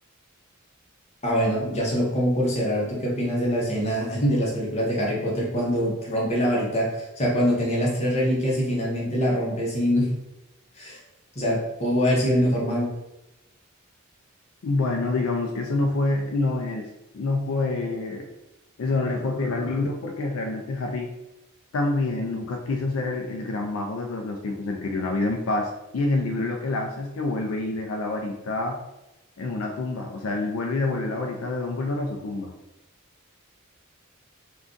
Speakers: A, on the left (about 30°); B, on the left (about 70°).
A: Ah, bueno, ya solo como por cerrar, ¿tú qué opinas de la escena <laughs> de las películas de Harry Potter cuando rompe la varita? O sea, cuando tenía las tres reliquias y finalmente la rompe sin, <laughs> o sea, pudo haber sido el mejor mago.
B: Bueno, digamos que eso no fue, no es, no fue, eso no le fue fiel al libro porque realmente Harry también nunca quiso ser el, el gran mago de todos los tiempos, él quería una vida en paz y en el libro lo que él hace es que vuelve y deja la varita en una tumba, o sea, él vuelve y devuelve la varita de Dumbledore a su tumba.